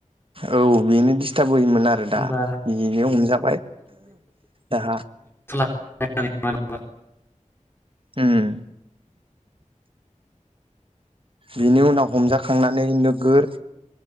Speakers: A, on the right; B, on the left.
A: औ बेनो दिडिस्टार्ब होयोमोन आरो
B: होमबा
A: दा बिनो <unintelligible> हमजाबाय दा
B: ए <inaudible>
A: होम। बिनि उनाव हमजा खांनानै नोगोर